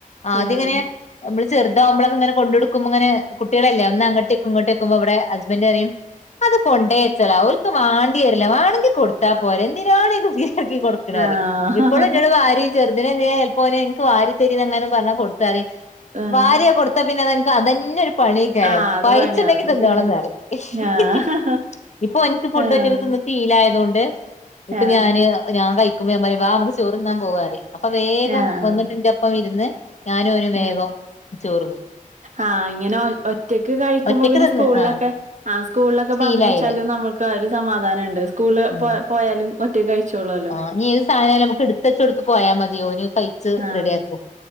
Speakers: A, on the left; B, on the right.
A: ആദ്യങ്ങനെ
B: ആഹ്
A: നമ്മള് ചെറുതാവുമ്പോൊക്കെങ്ങന കൊണ്ടോടടുക്കുമ്പോ ങ്ങെനെ കുട്ടികളല്ല ഒന്ന് അങ്ങട്ട ഇങ്ങോട്ട്ക്കുമ്പോ അവിടെ ഹസ്ബൻഡ് അറിയും അത് കൊണ്ടേ വച്ചളാ അവഓർക്ക് വാണ്ടി വരില്ല വാണെങ്കി കൊടുത്താ പോരെ എന്തിനാണ് ഇത് തിരുകി കൊടു <unintelligible>
B: ആഹ്
A: ഇപ്പോഴും ഞങ്ങള് വാരി ചെറ്ദിനന്നെൽപ്പോര് എനിക്ക് വാരി തരിന്ന് എങ്ങനും പറഞ്ഞ കൊടുത്താര്
B: ആഹ്
A: വാര്യ കൊടുത്താ പിന്നെ അതന്നെ. ക്കതന്നെരു. പണിക്കാരം
B: ആ അത്
A: പഴിച്ചുണ്ടെങ്കി
B: പണിയാ അത്
A: തിന്നാണന്ന്റിയും.
B: ശരിയാ ആഹ്
A: ഇപ്പൊ എനിക്ക് ഫുഡ്റ്റ
B: ആഹ്
A: തിന്നി ഫീലായതുകൊണ്ട് ഇപ്പൊ
B: ആഹ്
A: ഞാന് ഞാൻ കഴിക്കുമ്പോ ഞാ പറയ വാ നമ്മുക്ക് ചോറ്ന്നാൻ പോകറയും. അപ്പൊ വേഗം
B: ആഹ്
A: വന്നിട്ടിന്റെപ്പം ഇരുന്ന് ഞാനും ഒരു വേഗം
B: ആഹ്
A: ചോർന്നു.
B: ആഹ് ഇങ്ങനെ ഒ ഒറ്റക്ക് കഴിക്കുമ്പോ
A: ഒറ്റക്ക്
B: പിന്നെ
A: തിന്ന്
B: സ്കൂളിലൊക്കെ
A: ആഹ്
B: ആ സ്കൂളിലൊക്കെ
A: ശീലായില്ലേ
B: പറഞ്ഞ് വെച്ചാല് നമ്മക്ക്. ഒരു സമാധാനണ്ട് സ്കൂള്
A: ഉം
B: പോ പോയാല്. ഒറ്റക്ക് കഴിച്ചോളും.
A: ആഹ് ഇഞ്ഞി ഏത് സാധനായാലും നമുക്ക് എടുത്തെച്ചോടുത്ത് പോയാ മതി ഓന് തയിച്ച്
B: ആഹ്
A: റെഡിയാക്കും.